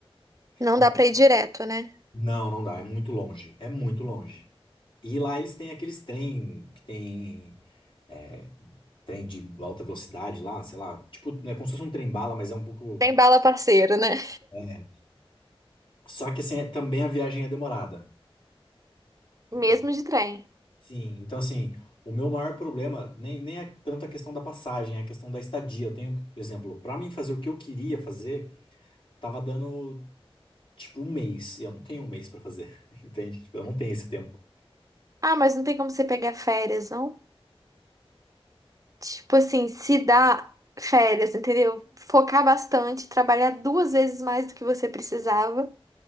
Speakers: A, on the right; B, on the left.
A: Não
B: Então,
A: dá pra ir direto, né?
B: Não, não dá, é muito longe, é muito longe. E lá eles têm aqueles trem que tem é, trem de alta velocidade lá, sei lá, tipo, é como se fosse um trem-bala, mas é um pouco.
A: Tem bala parceiro, né?
B: é. Só que assim, é- também a viagem é demorada. En-
A: Mesmo de trem.
B: Sim, então assim, o meu maior problema nem, nem é tanto a questão da passagem, é a questão da estadia. Eu tenho, por exemplo, pra mim fazer o que eu queria fazer, tava dando tipo um mês. E eu não tenho um mês pra fazer, <laughs> entende? Tipo, eu não tenho esse tempo.
A: Ah, mas não tem como você pegar férias, não? Tipo assim, se dá férias, entendeu? Focar bastante, trabalhar duas vezes mais do que você precisava.